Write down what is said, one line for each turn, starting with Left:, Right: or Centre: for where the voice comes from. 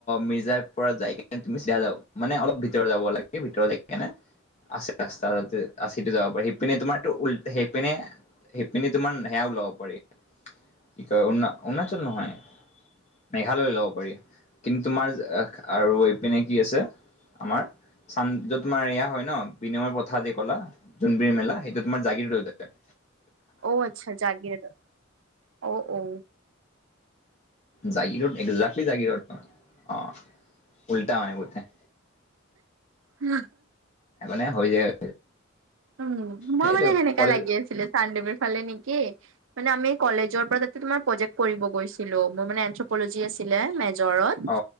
Left: মিৰ্জা পুৰত যায় কি তুমি চিয়া যাও মানে অলপ ভিতৰত যাব লাগে ভিতৰত <unintelligible> আছে ৰাস্তা আছেটো যাব পাৰি সেইপিনে তোমাৰটো উল সেইপিনে। হেপিনে তোমাৰ সেয়াওলাব পাৰি কি কয় অৰুণা অৰুণাচল নহয়। মেঘালয় লব পাৰি কিন্তু তোমাৰ আৰু এইপিনে কি আছে আমাৰ চান তোমাৰ এয়া হয় ন বিনিময় পথাদি কলা। যোন বিল মেলাই এইটো তোমাৰ জাগিৰোদতে
Right: অঔ আচ্ছা জগিৰোদত ঔ ঔ
Left: জাগিৰোদ এদজাক্লি জাগিৰোড অ উলটা মনে উটা
Right: উ
Left: মানে হৈ যায়।
Right: উম মই
Left: সেইটো
Right: মানে সেনেকা
Left: কলেজ
Right: লাগি আছিলে চানডুমিৰ ফালে নেকি কি মানে আমি কলেজৰ পৰা তাতে তোমাৰ প্ৰজেক্ট কৰিব গৈছিলো মোৰ মানে এন্থ্ৰপলজি আছিলে জ্বৰত
Left: অ